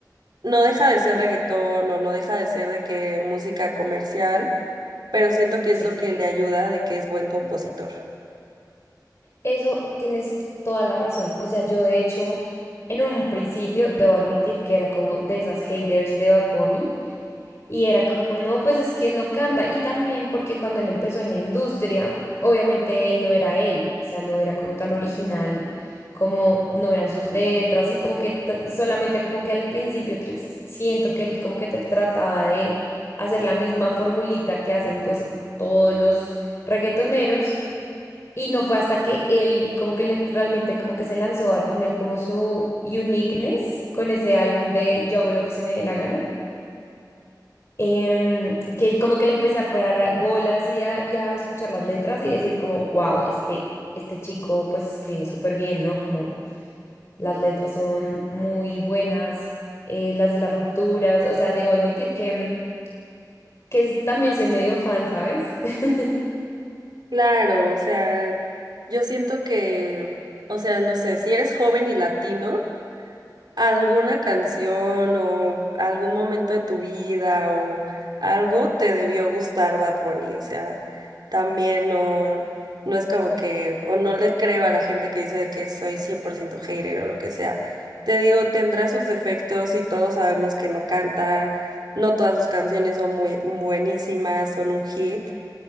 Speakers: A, on the right; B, on the left.
A: No deja de ser reggaetón o no deja de ser de que música comercial, pero siento que es
B: sí.
A: lo que le ayuda de que es buen compositor.
B: Eso tienes toda la razón. O sea, yo de hecho, en un principio, debo admitir que era como de esas haters de Bad Bunny, Y era como, no, pues es que no canta. Y también porque cuando él empezó en la industria, obviamente él no era él, o sea, no era como tan original, como no eran sus letras y como que t- solamente como que al principio tr- siento que él como que te trataba de hacer la misma formulita que hacen pues todos los reggaetoneros. Y no fue hasta que él como que le, realmente como que se lanzó a tener como su uniqueness con ese álbum de Yo hago lo que se me dé la gana em, que como que le empecé a parar a- bolas y a, y a escuchar las letras y decir como, wow, este, este chico pues escribe súper bien, ¿no? Como las letras son muy buenas, eh, las de las rupturas, o sea, debo admitir que, mm, que es- también soy medio fan, ¿sabes? <laughs>
A: Claro, o sea, yo siento que, o sea, no sé, si eres joven y latino, alguna canción o algún momento de tu vida o algo te debió gustar Bad Bunny, o sea, también no, no es como que, o no le creo a la gente que dice de que soy 100% hater o lo que sea. Te digo, tendrá sus defectos y todos sabemos que no canta, no todas sus canciones son muy buenísimas, son un hit